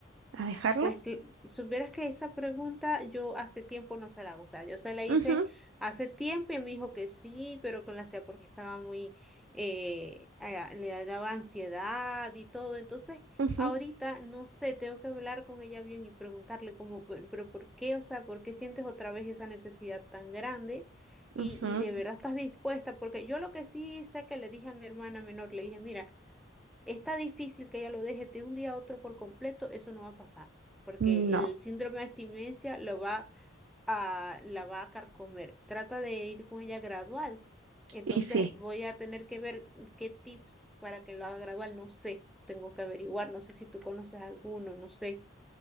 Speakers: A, on the right; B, in the centre.
A: a dejarlo?
B: Pues que- supieras que esa pregunta yo hace tiempo no se la hago, o sea, yo se la
A: Ujú,
B: hice hace tiempo y me dijo que sí, pero que la hacía porque estaba muy, eh, ah, le daba ansiedad y todo, entonces
A: ujú.
B: ahorita no sé, tengo que hablar con ella bien y preguntarle como, pero, pero ¿por qué? O sea, ¿por qué sientes otra vez esa necesidad tan grande?
A: Ujú,
B: Y, y de verdad estás dispuesta, porque yo lo que sí sé que le dije a mi hermana menor, le dije, mira, Está difícil que ella lo deje de un día a otro por completo, eso no va a pasar, porque
A: No,
B: el síndrome de abstinencia lo va a, la va a carcomer. Trata de ir con ella gradual. Entonces
A: y sí,
B: voy a tener que ver qué tips para que lo haga gradual, no sé, tengo que averiguar, no sé si tú conoces alguno, no sé,